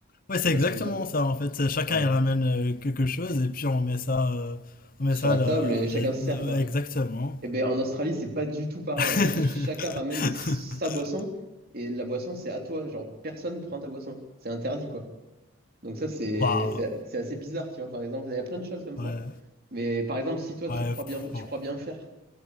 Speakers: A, on the left; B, on the right.
A: Ouais, c'est
B: Tu vois
A: exactement
B: ce que je veux dire?
A: ça en fait. Chacun
B: Voilà.
A: il ramène euh, quelque chose et puis on met ça, euh, on met
B: Sur
A: ça
B: la
A: là,
B: table et chacun
A: là-
B: se sert quoi.
A: là- exactement.
B: Et ben en Australie, c'est pas du tout pareil.
A: <laughs>
B: En fait, chacun ramène sa boisson et la boisson, c'est à toi. Genre, personne prend ta boisson. C'est interdit quoi. Donc ça, c'est
A: Waouh.
B: c'est c'est assez bizarre, tu vois, par exemple. Il y a plein de choses comme ça.
A: Ouais,
B: Mais par exemple, si toi,
A: ouais,
B: tu crois bien, tu
A: bon,
B: crois bien faire